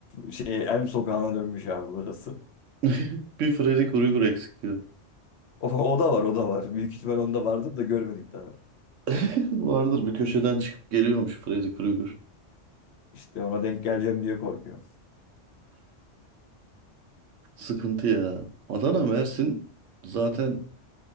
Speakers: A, on the left; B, on the right.
A: Şey Elm Sokağı'na dönmüş abi burası. <laughs>
B: <laughs> Bir Freddy Krueger eksik diyor.
A: O, o da var o da var. Büyük ihtimal onda vardır da görmedik daha.
B: <laughs> Vardır bir köşeden çıkıp geliyormuş Freddy Krueger.
A: İşte ona denk geleceğim diye korkuyorum.
B: Sıkıntı ya. Adana, Mersin zaten